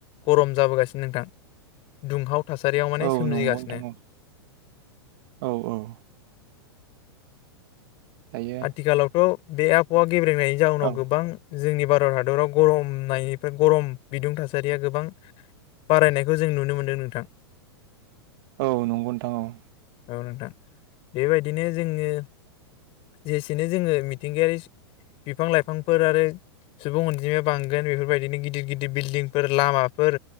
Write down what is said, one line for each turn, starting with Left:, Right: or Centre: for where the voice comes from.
Left: गरम जाबोगासिनो नोंथां दुंहाव थासारियाव माने
Right: औ
Left: सोमजिगासिनो
Right: नंगौ नोंथां औ औ दायो
Left: आथिखालावथ' बे आबहावा गेब्रेनायनि जाउनाव
Right: औ
Left: गोबां जोंनि भारत हादराव गरमनायनिफ्राय गरम बिदुं थासारिया गोबां बारायनायखौ जों नुनो मोनदों नोंथां।
Right: औ नंगौ नोंथां औ।
Left: नोंथां बेबायदिनो जोंङो, जेसेनो जोंङो मिथिंगायारि बिफां ला-इफांफोर आरो सुबुं अनजिमाया बांगोन। बेफोरबायदिनो गिदिर- गिदिर बिल्दिंफोर, लामाफोर